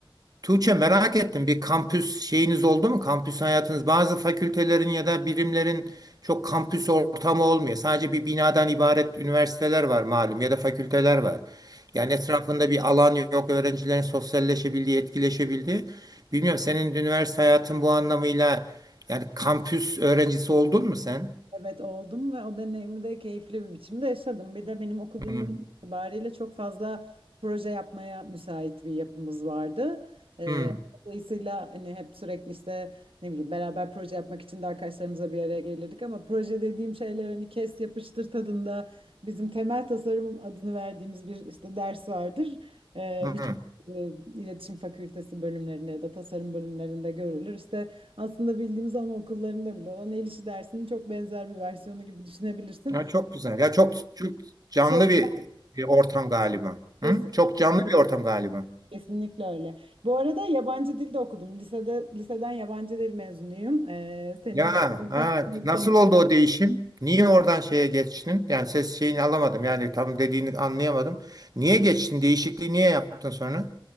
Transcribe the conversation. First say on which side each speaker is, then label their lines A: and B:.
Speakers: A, on the right; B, on the right.
A: Tuğçe merak ettim bir kampüs şeyiniz oldu mu? Kampüs hayatınız bazı fakültelerin ya da birimlerin çok kampüs ortamı olmuyor. Sadece bir binadan ibaret üniversiteler var malum ya da fakülteler var. Yani etrafında bir alan yok öğrencilerin sosyalleşebildiği, etkileşebildiği. Bilmiyorum senin üniversite hayatın bu anlamıyla yani kampüs öğrencisi oldun mu sen?
B: Evet oldum ve o deneyimi de keyifli bir biçimde yaşadım. Bir de benim okuduğum
A: Hmm,
B: bölüm itibariyle çok fazla proje yapmaya müsait bir yapımız vardı. Ee,
A: hmm,
B: dolayısıyla hani hep sürekli işte ne bileyim beraber proje yapmak için de arkadaşlarımızla bir araya gelirdik ama proje dediğim şeyler hani kes yapıştır tadında bizim temel tasarım adını verdiğimiz bir işte ders vardır. Ee,
A: hmm.
B: birçok e, iletişim fakültesi bölümlerinde ya da tasarım bölümlerinde görülür. İşte aslında bildiğimiz anaokullarında bile olan el işi dersinin çok benzer bir versiyonu gibi düşünebilirsin.
A: Ya çok güzel. Ya çok çok canlı
B: Sordu.
A: bir bir ortam galiba.
B: Kesinlikle,
A: Hı? Çok canlı bir ortam galiba.
B: kesinlikle öyle. Bu arada yabancı dilde okudum. Lisede, liseden yabancı dil mezunuyum. Ee, seninle
A: Ya
B: de ortak
A: ha,
B: bir noktamız
A: nasıl oldu o değişim? Niye oradan şeye geçtin? Yani ses şeyini alamadım. Yani tam dediğini anlayamadım. Niye geçtin? Değişikliği niye yaptın sonra?